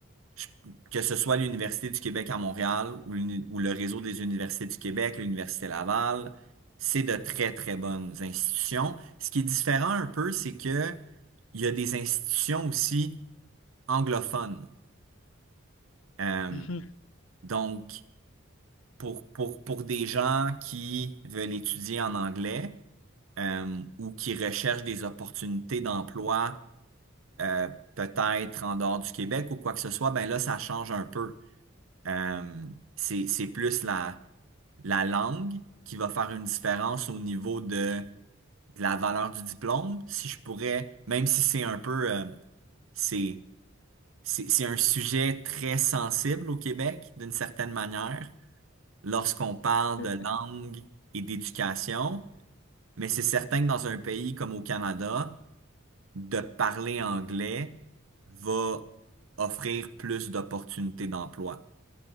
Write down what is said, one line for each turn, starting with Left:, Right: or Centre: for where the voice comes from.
Right: je- que ce soit l'Université du Québec à Montréal ou, l'uni- ou le réseau des universités du Québec, l'Université Laval, c'est de très, très bonnes institutions. Ce qui est différent un peu, c'est que il y a des institutions aussi anglophones. Euh,
Left: Mhm.
Right: donc, pour, pour, pour des gens qui veulent étudier en anglais euh, ou qui recherchent des opportunités d'emploi euh, peut-être en dehors du Québec ou quoi que ce soit, ben là, ça change un peu. Euh, c'est, c'est plus la, la langue qui va faire une différence au niveau de, de la valeur du diplôme. Si je pourrais, même si c'est un peu, euh, c'est, c'est, c'est un sujet très sensible au Québec, d'une certaine manière, lorsqu'on parle
Left: C'est
Right: de
Left: vrai.
Right: langue et d'éducation, mais c'est certain que dans un pays comme au Canada, de parler anglais va offrir plus d'opportunités d'emploi.